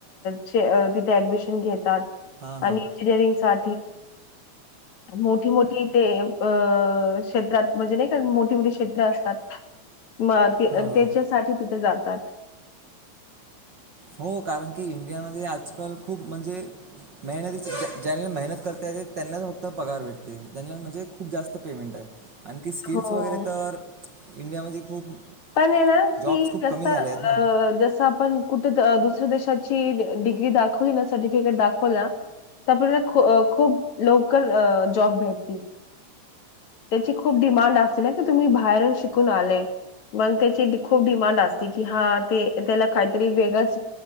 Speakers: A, on the left; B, on the right.
A: च-आं-आतिथे ऍडमिशन घेतात
B: हां हां
A: आणि इंजिनिअरिंग सा मोठी मोठी ते अ क्षेत्रात म्हणजे नाही का मोठी मोठी क्षेत्र असतात म ते
B: हां हां
A: त्याच्यासाठी तिथे जातात
B: हो कारण की इंडियामध्ये आजकाल खूप म्हणजे मेहनती ज्यांला मेहनत करते त्यांना फक्त पगार भेटते ज्यांला म्हणजे खूप जास्त पेमेंट आहे आणखी स्किल्स
A: हो.
B: वगैरे तर इंडियामध्ये खूप
A: पण आहे ना
B: जॉब्स
A: की
B: खूप
A: जस
B: कमी झाले आहेत ना
A: जस आपण कुठ दुसऱ्या देशाची डिग्री दाखवली ना सर्टिफिकेट दाखव ना तर आपल्याला खूप लवकर जॉब भेटतील त्याची खूप डिमांड असते ना की तुम्ही बाहेरून शिकून आलय मग त्याची खूप डिमांड असते कि हा ते त्याला काहीतरी वेगळंच